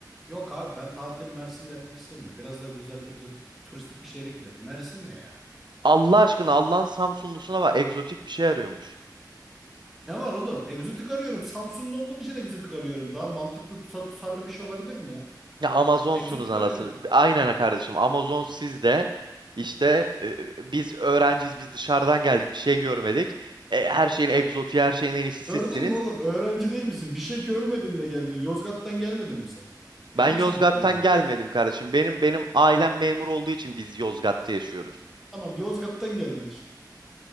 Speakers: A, in the centre; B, on the right.
A: Yok abi ben tatili Mersin'de yapmak istemiyorum. Biraz daha güzel egzotik turistik bir şehre gidelim. Mersin ne ya?
B: Allah aşkına Allah'ın Samsunlusuna var. Egzotik bir şey arıyormuş.
A: Ne var oğlum? Egzotik arıyorum. Samsunlu olduğum için egzotik arıyorum. Daha mantıklı tuta- tutarlı bir şey olabilir mi ya?
B: Ya Amazonsunuz
A: Egzotik
B: anasını.
A: arıyorum.
B: Aynen kardeşim Amazon siz de. İşte e, biz öğrenciyiz biz dışarıdan geldik bir şey görmedik. E, her şeyin egzotiği her şeyin en iyisi sizsiniz.
A: Gördün mü oğlum? Öğrenci değil misin? Bir şey görmedin de geldin. Yozgat'tan gelmedin mi sen?
B: Ben
A: Yanlış
B: Yozgat'tan
A: mı biliyorum?
B: gelmedim kardeşim. Benim benim ailem memur olduğu için biz Yozgat'ta yaşıyoruz.
A: Tamam Yozgat'tan geldin işte.